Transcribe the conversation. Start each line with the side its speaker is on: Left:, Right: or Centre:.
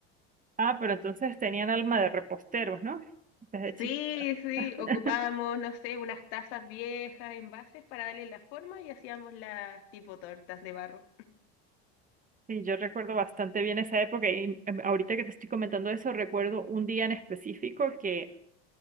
Right: Ah, pero entonces tenían alma de reposteros, ¿no? Desde chiquitos.
Left: Sí, sí,
Right: <laughs>
Left: ocupábamos, no sé, unas tazas viejas, envases para darle la forma y hacíamos las tipo tortas de barro.
Right: Sí, yo recuerdo bastante bien esa época y em, ahorita que te estoy comentando eso, recuerdo un día en específico que